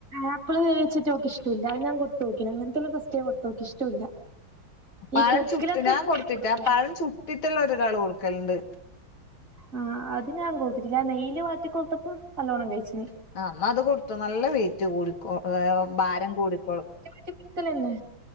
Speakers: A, on the right; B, on the left.
A: ആപ്പ്ള് വേവിച്ചിട്ട് ഓക്ക് ഇഷ്ടൂല്ല. അത് ഞാൻ കൊട്ത്തോക്കി. അങ്ങനത്തെള്ള ഫസ്റ്റ് ടൈം കൊട്ത്തൂക്കി ഇഷ്ടൂല്ല.
B: പഴം
A: ഈ കുറ്ക്കിലൊക്കെ
B: ചുട്ട് ഞാൻ
A: <unintelligible>
B: കൊടുത്തിട്ടാ
A: കൊട്ക്കും.
B: പഴം ചുട്ടിട്ടെല്ലാം ഒരാള് കൊടുക്കലുണ്ട്
A: ആ അത് ഞാൻ കൊട്ത്തിട്ടില്ല. നെയില് വാട്ടി കൊട്ത്തപ്പം നല്ലോണം കഴിച്ചിനി.
B: ആഹ്, ന്നാ ത് കൊട്ത്തോ നല്ല വെയിറ്റ് കൂടിക്കോ ഏ ഭാരം കൂടിക്കോളും.
A: സി തിലെന്നെ